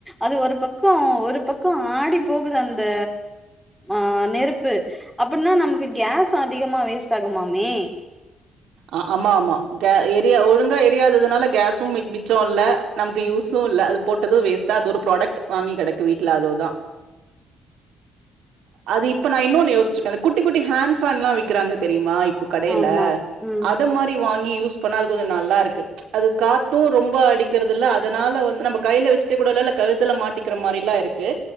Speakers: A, in the centre; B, on the right.
A: அது ஒரு பக்கோ ஒரு பக்கோ ஆடி போகுது அந்த ஆ நெருப்பு அப்பன்னா நமக்கு கேஸு அதிகமா வேஸ்ட் ஆகுமாமே
B: அ ஆமா ஆமா கே எரிய ஒழுங்கா எரியாததுனால கேஸு மிக் மிச்சோ இல்ல நமக்கு யூஸு இல்ல அது போட்டது வேஸ்டா அது ஒரு ப்ராடக்ட் வாங்கி கெடக்கு வீட்ல அதோ தா அது இப்ப நா இன்னோனு யோச்சிருக்கே அந்த குட்டி குட்டி ஹேன் ஃபேன்ல்ல விக்கிறாங்க தெரியுமா இப் கடையில
A: ஆமா ம்
B: அத மாரி வாங்கி யூஸ் பன்னா அது கொஞ்ச நல்லாருக்கு அது காத்து ரொம்ப அடிக்கிறதில்ல அதனால வந்து நம்ம கைய்ல வெச் சிட்டு கூட இல்ல கழுத்துல மாட்டிக்கிற மாரில்லா இருக்கு